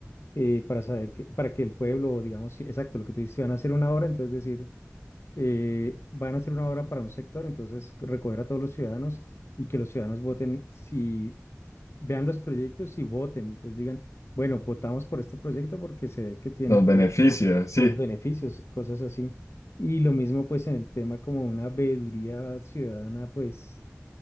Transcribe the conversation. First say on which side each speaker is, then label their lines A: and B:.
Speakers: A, on the left; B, on the left.
A: eh, para saber que, para que el pueblo, digamos, sí, exacto, lo que te dice, van a hacer una hora, entonces decir, eh, van a hacer una obra para un sector, entonces recoger a todos los ciudadanos y que los ciudadanos voten, si vean los proyectos y voten, entonces digan, bueno, votamos por este proyecto porque se ve que tiene
B: nos
A: pues
B: beneficia, sí.
A: los beneficios, cosas así. Y lo mismo pues en el tema como una veeduría ciudadana, pues